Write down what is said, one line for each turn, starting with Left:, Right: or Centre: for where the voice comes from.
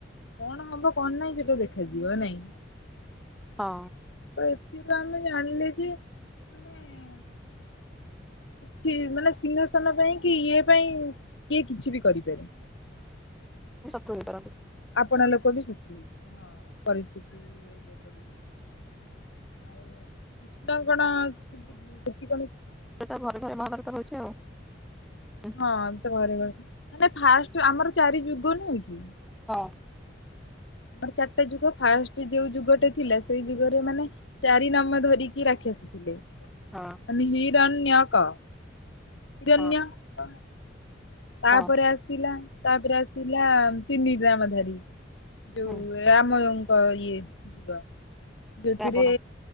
Left: କଣ ହବ କଣ ନାହିଁ ସେଟା ଦେଖାଯିବ ନାଇଁ
Centre: ହଁ
Left: ତ। ଏଠ ତ ଆମେ ଜାଣିଲେ ଯେ ମାନେ କିଛି ମାନେ ସିଂହାସନ ପାଇଁ କି ଇଏ ପାଇଁ କି କିଛି ବି କରିପାରେ
Centre: ତମର
Left: ଆପଣ ଲୋକ ବି ଶତ ହେଇଯିବ ହଁ ପରିସ୍ଥିତି ଇ ଆଉ କୃଷ୍ଣ କଣ <unintelligible>
Centre: ପ୍ରତାପ ଘରେ ଘରେ ମହାଭାରତ ହୋଇଚି ଆଉ। ହୁଁ,
Left: ହଁ ତ ଘରେ ଘରେ ମ ଫାଷ୍ଟ ଆମର ଚାରି ଯୁଗ ନୁହେଁ କି?
Centre: ହଁ
Left: ଆମର ଚାରିଟା ଯୁଗ ଫାଷ୍ଟ ଯୋଉ ଯୁଗଟେ ଥିଲା ସେଇ ଯୁଗରେ ମାନେ ଚାରି ନମ୍ବର ଧରିକି ରାଖି <unintelligible>
Centre: ହଁ
Left: ହିରନ୍ୟକ ହିରନ୍ୟ
Centre: ହଁ
Left: କଣ ତାପରେ
Centre: ହଁ
Left: ଆସିଲା ତାପରେ ଆସିଲା ତିନି ରାମ <unintelligible> ଧାରୀ ଯୋଉ
Centre: ହୁଁ
Left: ରା ଇଏ ଯୁଗ <unintelligible> ଯୋଉଥିରେ
Centre: ରାବଣ